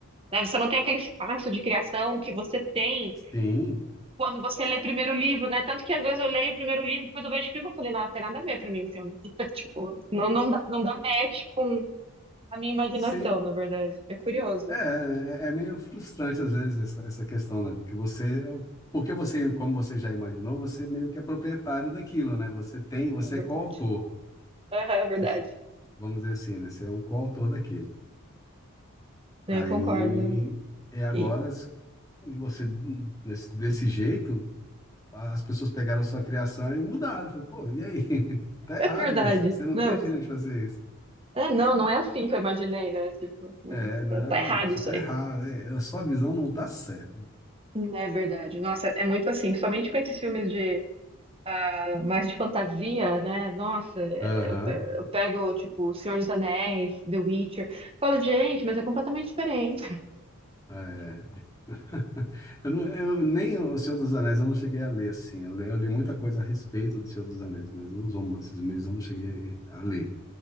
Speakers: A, on the right (about 25°); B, on the left (about 15°).
A: né? Você não tem aquele espaço de criação que você tem
B: Sim,
A: quando você lê primeiro o livro, né? Tanto que às vezes eu leio o primeiro livro, depois eu vejo o filme, eu falei, não, não tem nada a ver pra mim o filme. <laughs> Tipo, não, não dá, não dá match com a minha imaginação,
B: sim.
A: na verdade. É curioso,
B: É, é é meio frustrante às vezes essa, essa questão, né? Porque você, porque você, como você já imaginou, você meio que é proprietário daquilo, né? Você tem, você
A: na
B: é
A: verdade.
B: coautor.
A: Aham, é verdade.
B: Você- Vamos dizer assim, né? Você é um coautor daquilo.
A: É,
B: Aí
A: Eu concordo.
B: é agora
A: E,
B: s- você hum, desse, desse jeito, as pessoas pegaram a sua criação e mudaram. Falei, pô, e aí? <laughs> Tá errado
A: Verdade.
B: isso. Você não
A: Não,
B: tem direito de fazer isso.
A: é, não, não é assim que eu imaginei, né? Tipo,
B: É, não,
A: tá, tá errado
B: você
A: isso
B: tá
A: aí.
B: errado. É, a sua visão não tá certa.
A: É verdade. Nossa, é muito assim, principalmente com esses filmes de ah, mais de fantasia, né? Nossa, eu,
B: Aham.
A: pe- eu pego, tipo, O Senhor dos Anéis, The Witcher, falo, gente, mas é completamente diferente.
B: É. <laughs> Eu, não, eu nem o Senhor dos Anéis eu não cheguei a ler assim. Eu li, eu li muita coisa a respeito do Senhor dos Anéis, mas os romances mesmo eu não cheguei a ler,